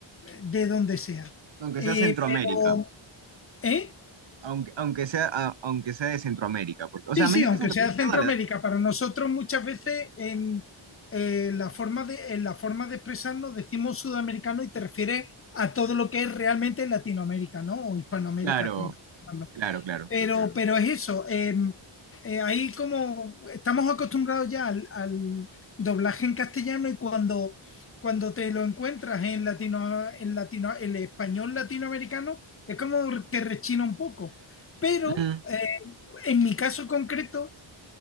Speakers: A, on the left; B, on the right.
A: de donde sea.
B: Aunque
A: Eh,
B: sea Centroamérica,
A: pero, ¿eh?
B: aunque, aunque sea, a- aunque sea de Centroamérica, porque, o sea,
A: Sí,
B: México
A: sí, aunque
B: es Centroamérica,
A: sea Centroamérica,
B: pero dale, dale.
A: para nosotros muchas veces en, eh, la forma de, en la forma de expresarnos decimos sudamericano y te refieres a todo lo que es realmente Latinoamérica, ¿no? O Hispanoamérica,
B: Claro,
A: como
B: claro, claro.
A: pero, pero es eso. eh, eh, ahí como estamos acostumbrados ya al, al doblaje en castellano y cuando, cuando te lo encuentras en latino, en latino, el español latinoamericano, es como que rechina un poco. Pero
B: Mm,
A: eh, en mi caso concreto,